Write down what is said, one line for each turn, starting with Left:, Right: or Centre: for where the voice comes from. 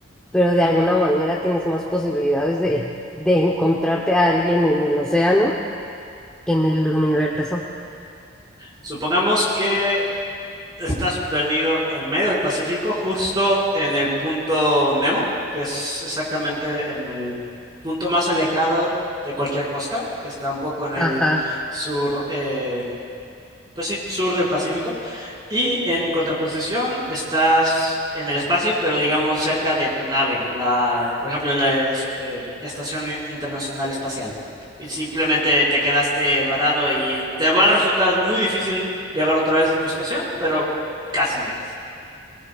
Centre: Pero de alguna manera tienes más posibilidades de, de encontrarte a alguien en el océano que en el universo.
Right: Supongamos que estás perdido en medio del Pacífico, justo en el punto Nemo, que es exactamente en el punto más alejado de cualquier costa, que está un poco en el
Centre: Ajá.
Right: sur, eh, pues sí, sur del Pacífico. Y en contraposición estás en el espacio, pero digamos cerca de tu nave, la, por ejemplo, la este, Estación I- Internacional Espacial. Y simplemente te quedaste varado y te va a resultar muy difícil llegar otra vez a tu estación, pero casi llegas.